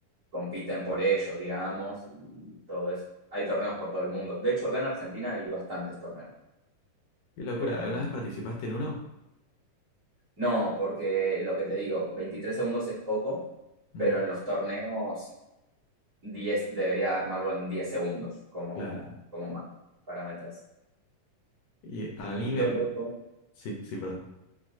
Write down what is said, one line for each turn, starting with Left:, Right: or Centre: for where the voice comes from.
Right: compiten por ellos, digamos, y todo eso. Hay torneos por todo el mundo. De hecho, acá en Argentina hay bastantes torneos.
Left: Qué locura,
Right: Eh,
Left: ¿alguna vez participaste en uno?
Right: no, porque lo que te digo, 23 segundos es poco,
Left: Mm,
Right: pero en los torneos 10 debería armarlo en 10 segundos como,
Left: claro.
Right: como más para meterse.
Left: Y a
Right: Y
Left: mí
Right: lo
Left: me...
Right: loco
Left: Sí, sí, perdón.